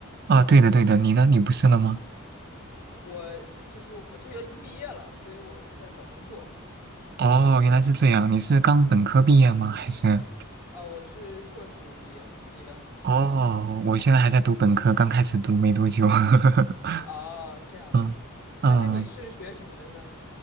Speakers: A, on the right (about 45°); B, on the left (about 85°).
A: 啊，对的对的，你呢？你不是了吗？
B: 我就是我这学期毕业了，所以我在找工作。
A: 哦，原来是这样，你是刚本科毕业吗？还是？
B: 啊、我是硕士毕业了，你呢？
A: 哦，我现在还在读本科，刚开始读没多久。<laughs>
B: 哦，这样子。
A: 嗯嗯
B: 哎，那你是学什么的呢？